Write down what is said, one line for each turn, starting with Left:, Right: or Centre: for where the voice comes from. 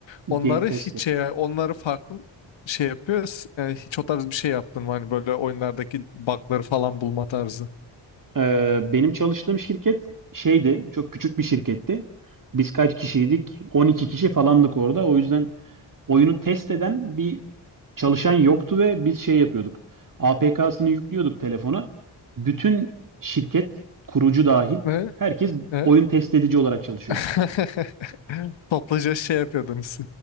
Left: Onları
Right: Game tester.
Left: hiç e, onları farklı şey yapıyor. S- e, hiç o tarz bir şey yaptın mı? Hani böyle oyunlardaki bug'ları falan bulma tarzı.
Right: Ee, benim çalıştığım şirket şeydi, çok küçük bir şirketti. Biz kaç kişiydik? 12 kişi falandık orada. O yüzden oyunu test eden bir çalışan yoktu ve biz şey yapıyorduk. APK'sını yüklüyorduk telefona. Bütün şirket, kurucu dahil,
Left: Ne?
Right: herkes
Left: Evet.
Right: oyun test edici olarak çalışıyordu.
Left: <laughs>
Right: <laughs>
Left: Toplaca şey yapıyordunuz.